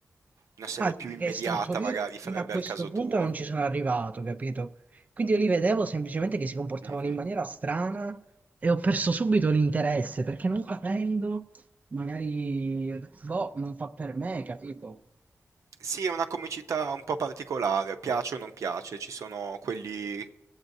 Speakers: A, on the right; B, on the right.
A: una serie
B: Ah, perché
A: più immediata
B: è strutto. Io
A: magari
B: fino
A: farebbe
B: a questo
A: al caso
B: punto
A: tuo.
B: non ci sono arrivato, capito? Quindi io li vedevo semplicemente che si comportavano
A: Mhm.
B: in maniera strana e ho perso subito l'interesse perché non capendo, magari, boh, non fa per me, capito?
A: Sì, è una comicità un po' particolare, piace o non piace, ci sono quelli